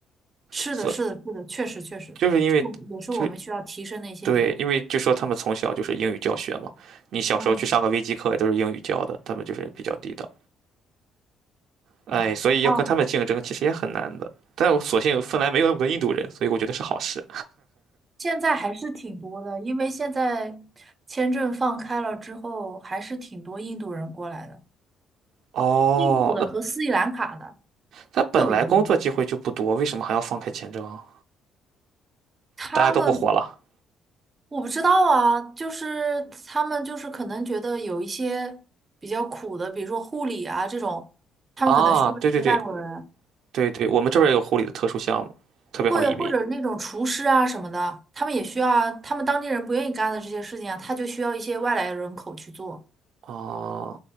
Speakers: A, on the right; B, on the right.
A: 是的，
B: 所以
A: 是的，是的，确实确实是，
B: 就是因为就是
A: 也是我们需要提升的一些点。
B: 对，因为就说他们从小就是英语教学嘛，你小时候去上个微机课也都是英语教的，
A: 嗯
B: 他们就是比较地道，哎，
A: 嗯，
B: 所以要跟他们竞争其实也很难的，
A: 哦，
B: 但我所幸芬兰没有那么多印度人，所以我觉得是好事。
A: 现在还是挺多的，因为现在签证放开了之后，还是挺多印度人过来的，
B: 哦，
A: 印度的和斯里兰卡的
B: 那他本来工作机会就不多，
A: 特别多。
B: 为什么还要放开签证啊？
A: 他们
B: 大家都不活了
A: 我不知道啊，就是他们就是可能觉得有一些比较苦的，比如说护理啊这种，他们可能需要一些外国人。
B: 啊！对对对对对，我们这边儿有护理的特殊项目，特别好移民。
A: 会或者那种厨师啊什么的，他们也需要啊，他们当地人不愿意干的这些事情啊，他就需要一些外来人口去做。
B: 啊！